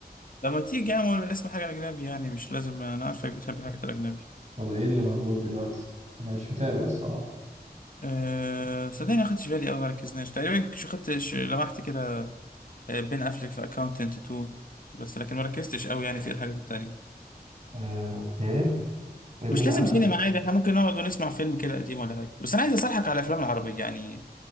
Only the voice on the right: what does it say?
طب ايه اللي موجود دلوقتي انا مش متابع الصراحة
آه، اوكي بين
افلك